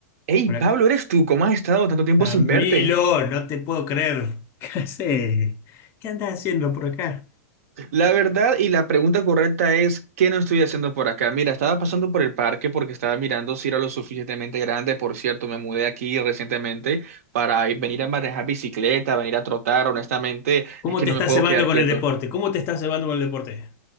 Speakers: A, on the right (about 65°); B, on the left (about 30°).
A: Hey,
B: Hola,
A: Pablo, ¿eres tú? ¿Cómo has estado tanto tiempo
B: Camilo,
A: sin verte?
B: no te puedo creer. <laughs> ¿Qué haces? ¿Qué andas haciendo por acá?
A: La verdad y la pregunta correcta es, ¿qué no estoy haciendo por acá? Mira, estaba pasando por el parque porque estaba mirando si era lo suficientemente grande. Por cierto, me mudé aquí recientemente para ir- venir a manejar bicicleta, venir a trotar. Honestamente,
B: ¿Cómo
A: es que
B: te
A: no
B: estás
A: me puedo
B: cebando
A: quedar
B: con
A: quieto.
B: el deporte? ¿Cómo te estás cebando con el deporte?